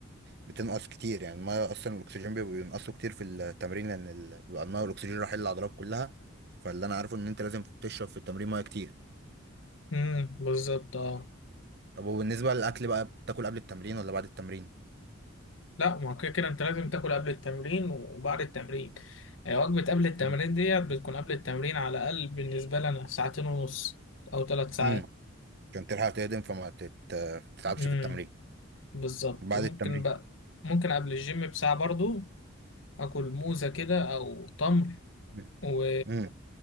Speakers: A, on the right; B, on the left.
A: بتنقص كتير يعني الميه اصلا الاكسجين بيبقى بينقصه كتير في التمرين لان ال- بيبقى الميه والاكسجين رايحين للعضلات كلها فاللي انا عارفه ان انت لازم تشرب في التمرين ميه كتير
B: امم بالظبط اه
A: طب وبالنسبة للأكل بقى بتاكل قبل التمرين ولا بعد التمرين؟
B: لا ما هو كده كده انت لازم تاكل قبل التمرين وبعد التمرين آه، وجبة قبل التمرين
A: مم.
B: ديت بتكون قبل التمرين على الأقل بالنسبة لنا ساعتين ونص أو ثلاث ساعات
A: مم. عشان تلحق تهضم فما تت... تتعبش
B: امم
A: في التمرين
B: بالظبط
A: بعد
B: ممكن
A: التمرين
B: بقى ممكن قبل الجيم بساعة برضو أكل موزة كده أو تمر
A: مم.
B: و
A: مم.